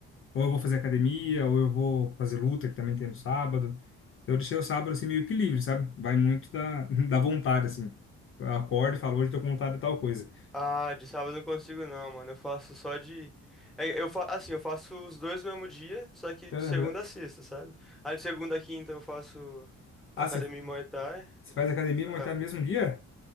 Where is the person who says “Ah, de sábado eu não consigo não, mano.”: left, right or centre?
Centre